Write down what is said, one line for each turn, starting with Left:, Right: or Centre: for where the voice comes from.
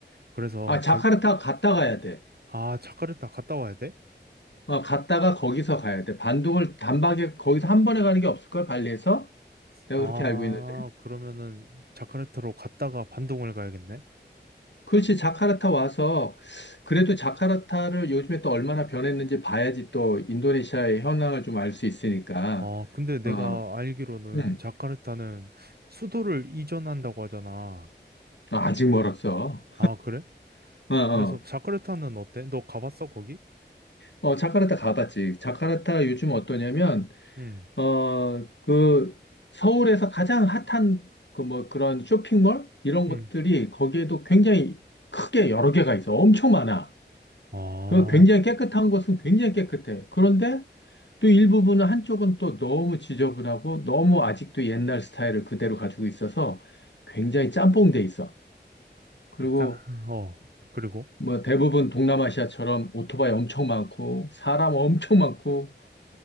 Right: 그래서
Left: 아, 자카르타
Right: 가,
Left: 갔다 가야 돼.
Right: 아, 자카르타 갔다 와야 돼?
Left: 어, 갔다가 거기서 가야 돼. 반도를 단박에 거기서 한 번에 가는 게 없을걸? 발리에서? 내가
Right: 아,
Left: 그렇게 알고 있는데.
Right: 그러면은 자카르타로 갔다가 반동을 가야겠네?
Left: 그렇지, 자카르타 와서, 그래도 자카르타를 요즘에 또 얼마나 변했는지 봐야지 또 인도네시아의 현황을 좀 알 수 있으니까,
Right: 아, 근데 내가
Left: 어,
Right: 알기로는
Left: 응.
Right: 자카르타는 수도를 이전한다고 하잖아.
Left: 아, 아직 멀었어.
Right: 아, 그래?
Left: 어, 어.
Right: 그래서 자카르타는 어때? 너 가봤어, 거기?
Left: 어, 자카르타 가봤지. 자카르타 요즘 어떠냐면,
Right: 응,
Left: 어, 그, 서울에서 가장 핫한 그 뭐 그런 쇼핑몰? 이런
Right: 응.
Left: 것들이 거기에도 굉장히 크게 여러 개가 있어. 엄청 많아.
Right: 아,
Left: 그 굉장히 깨끗한 곳은 굉장히 깨끗해. 그런데 또 일부분은 한쪽은 또 너무 지저분하고 너무 아직도 옛날 스타일을 그대로 가지고 있어서 굉장히 짬뽕돼 있어. 그리고
Right: 자, 어, 그리고?
Left: 뭐 대부분 동남아시아처럼 오토바이 엄청 많고 사람 엄청 많고